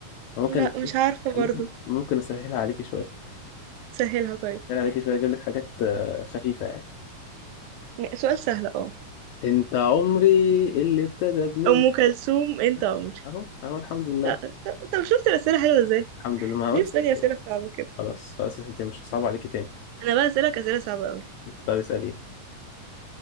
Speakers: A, on the left; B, on the right.
A: ممكن
B: لا مش عارفة
A: ممكن
B: برضو
A: ممكن اسهلها عليكي شويه
B: سهلها طيب
A: اسهلها عليكي شويه اجيب لك حاجات آه، خفيفه يعني
B: م- سؤال سهل اه
A: انت عمري اللي ابتدى بنور
B: ام كلثوم انت
A: بس
B: عمري
A: اهو اهو الحمد لله
B: لا، طب طب شفت الاسئله حلوه ازاي
A: الحمد لله ما
B: ليه
A: قلت
B: بتسألني أسئلة صعبة كده
A: خلاص خلاص انت مش صعب عليكي تاني
B: أنا بقى أسألك أسئلة صعبة أوي
A: طب اسالي